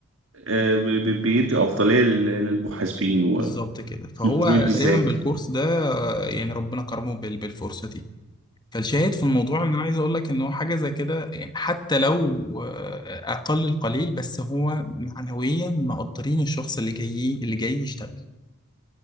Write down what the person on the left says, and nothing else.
بالظبط كده
فهو
تقريبا بالكورس ده آه، يعني ربنا كرمه بال- بالفرصة دي فالشاهد في الموضوع ان انا عايز اقول لك ان هو حاجة زي كده يعني حتى لو آه، اقل القليل بس هو معنويا مقدرين الشخص اللي جاي اللي جاي يشتغل